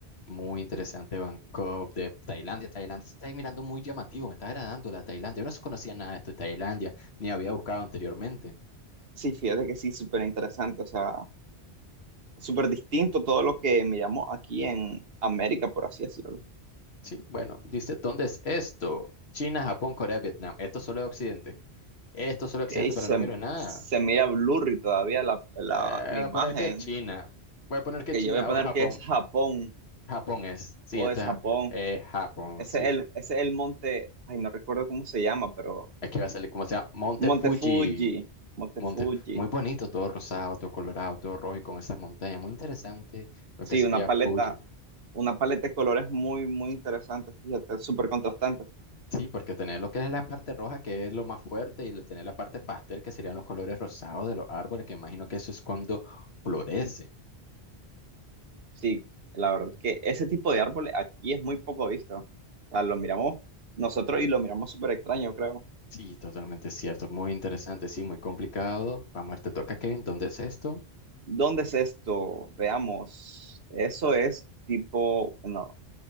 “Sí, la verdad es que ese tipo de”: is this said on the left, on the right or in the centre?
Right